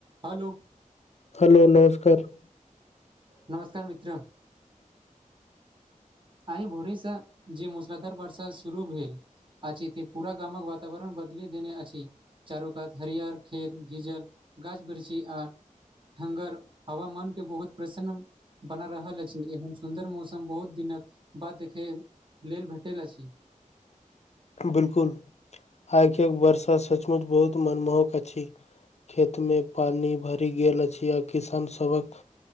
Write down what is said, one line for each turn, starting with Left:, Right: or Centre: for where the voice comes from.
Right: Hello
Left: hello नमस्कार
Right: नमस्कार मित्र आइ भोरेसँ जे मुसलाधर प्रसाद शुरू भेल अछि त पूरा गामक वातावरण बदल देने अछि चारु कात हरियर खेत भीजल गाछ बिरछी आ हंगर हवामान के बहुत प्रसन्न बना रहल अछि एहन सुन्दर मौसम बहुत दिनक बाद देखय लेल भेटल अछि
Left: बिलकुल आइके एक वर्षा सचमुच बहुत मनमोहक अछि खेत मे पानि भरि गेल अछि आ किसान सबक